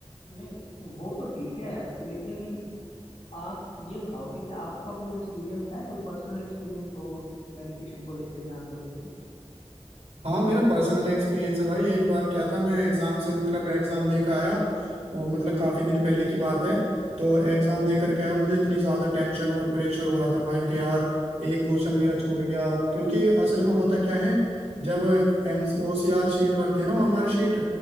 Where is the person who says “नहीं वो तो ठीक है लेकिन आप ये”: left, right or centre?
Left